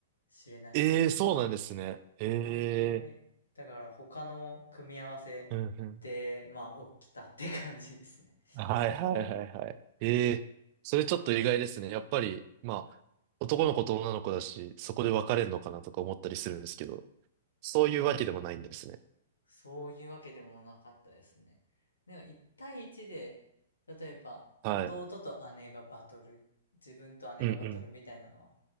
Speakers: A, on the left; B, on the right.
A: しれないですね。
B: ええそうなんですね。ええ
A: あ、あんまり。だから他の組み合わせ
B: うんうん。
A: で、まあ、起きたって感じですね。
B: はいはいはいはい。ええそれちょっと意外ですね。やっぱり、まあ、男の子と女の子だし、そこで別れるのかなとか思ったりするんですけど、そういうわけでもないんですね。
A: <laughs> そういうわけでもなかったですね。でも1対1で、例えば弟と姉がバトル、
B: はい。
A: 自分と姉がバトルみたいなのは、
B: うんうん。